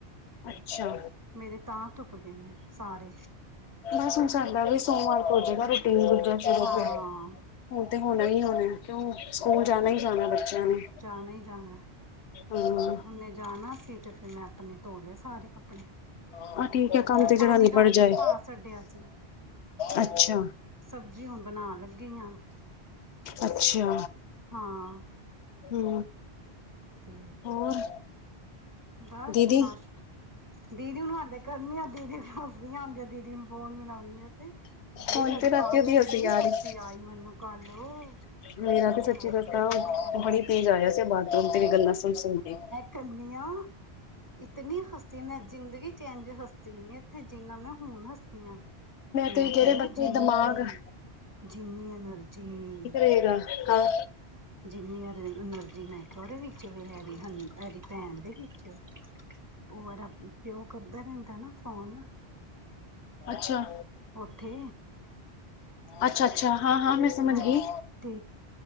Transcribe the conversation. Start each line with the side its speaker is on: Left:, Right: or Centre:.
Left: ਅੱਛਾ।
Right: ਮੇਰੇ ਤਾਂ ਧੁਪ ਗਏ ਨੇ, ਸਾਰੇ।
Left: ਬਸ ਹੁਣ, ਸਾਡਾ ਵੀ ਸੋਮਵਾਰ ਤੋ ਹੋਜੇਗਾ ਰੂਟੀਨ ਦੂਜਾ ਸ਼ੁਰੂ
Right: ਹਾਂ,
Left: ਹੁਣ ਤੇ ਹੋਣਾ ਹੀ ਹੋਣਾ, ਕਿਉਂ ਸਕੂਲ ਜਾਣਾ ਹੀ ਜਾਣਾ, ਬੱਚਿਆਂ ਨੇ।
Right: ਜਾਣਾ ਹੀ ਜਾਣਾ।
Left: ਹਾਂ
Right: ਓਨੇ ਜਾਣਾ ਸੀ, ਤੇ ਫਿਰ ਮੈਂ ਆਪਣੇ ਧੋ ਲਿਆ ਸਾਰੇ ਕੱਪੜੇ।
Left: ਆਹ ਠੀਕ ਹੈ ਕੰਮ
Right: ਫੇਰ
Left: ਤੇ ਜਿਹੜਾ
Right: ਪਾਣੀ
Left: ਨਿਬੜ
Right: ਰਾਤੀ
Left: ਜਾਏ
Right: ਪਾ ਛੱਡਿਆ ਸੀ।
Left: ਅੱਛਾ,
Right: ਸਬਜ਼ੀ ਹੁਣ ਬਣਾਣ ਲੱਗੀ ਆ,
Left: ਅੱਛਾ।
Right: ਹਾਂ।
Left: ਹੂ।
Right: ਤੇ
Left: ਹੋਰ?
Right: ਬਸ
Left: ਦੀਦੀ
Right: ਨਾਸ਼ਕ ਦੀਦੀ ਨੂੰ ਹਾਲੇ ਕਰਨੀ ਆ, ਦੀਦੀ ਨੂੰ ਹੱਸ ਪੈਂਦੀ ਆ ਦੀਦੀ ਨੂੰ ਫੋਨ ਮਲਾਣੀ ਆ ਤੇ। ਏ
Left: ਹੁਣ
Right: ਮੈਂ ਤੇ
Left: ਰਾਤੀ
Right: ਪਾਗਲ,
Left: ਉਹਦੀ ਹਸੀ
Right: ਇੰਨੀ
Left: ਆ
Right: ਖੁਸੀ
Left: ਰਹੀ
Right: ਆਈ ਮੈਨੂੰ ਕੱਲ, ਆ
Left: ਮੇਰਾ ਤੇ ਸੱਚੀ
Right: ਹਾਏ
Left: ਦੱਸਾਂ
Right: ਹਾਏ।
Left: ਬੜੀ ਤੇਜ਼ ਆਇਆ ਸੀ ਬਾਥਰੂਮ, ਤੇ ਵੀ ਗੱਲਾਂ ਸੁਣ ਸੁਣ ਕੇ।
Right: ਕਰਨੀ ਆ। ਇਤਨੀ ਹੱਸੀ, ਮੈਂ ਜ਼ਿੰਦਗੀ ਚ ਐਂਝ ਹੱਸੀ ਨਹੀਂ ਇੱਥੇ, ਜਿੰਨਾ ਮੈਂ ਹੁਣ ਹੱਸੀ ਆ। ਮੈਂ
Left: ਤੇ ਜਿਹੜੇ
Right: ਕਹਿੰਨੀ
Left: ਬੱਚੇ
Right: ਜਿੰਨੀ,
Left: ਦਿਮਾਗ
Right: ਜਿੰਨੀ ਐਨਰਜੀ
Left: ਤੇਰਾ ਹਾ।
Right: ਜਿੰਨੀ ਐਦੇ ਵਿਚ ਅਰਨਰਜੀ, ਮੈਂ ਤੁਹਾਡੇ ਵਿੱਚ ਵੀ ਹੈ। ਹੈ, ਐਦੀ ਭੈਣ ਦੇ ਵਿੱਚ, ਉਹ ਪਿਓ ਕਰਦਾ ਰਹਿੰਦਾ ਨਾ। ਫੋਨ।
Left: ਅੱਛਾ।
Right: ਉੱਥੇ।
Left: ਅੱਛਾ ਅੱਛਾ ਹਾਂ ਹਾਂ ਮੈਂ ਸਮਝ
Right: ਹਾਂ
Left: ਗਈ
Right: ਤੇ